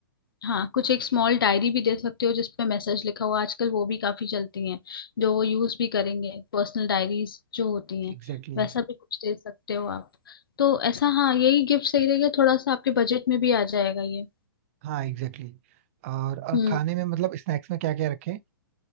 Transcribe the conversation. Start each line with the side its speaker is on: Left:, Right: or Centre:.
Left: हाँ कुछ एक स्मॉल डायरी भी दे सकते हो जिसपे मैसेज लिखा हुआ आजकल वो भी काफी चलती हैं जो वो यूज भी करेंगे पर्सनल डायरीज जो होती हैं
Right: एग्जैक्टली
Left: वैसा भी कुछ दे सकते हो आप तो ऐसा हाँ यही गिफ्ट सही रहेगा थोड़ा सा आपके बजट में भी आ जाएगा ये
Right: हाँ एग्जैक्टली exactly. और और
Left: हम्म
Right: खाने में मतलब स्नैक्स में क्या क्या रखें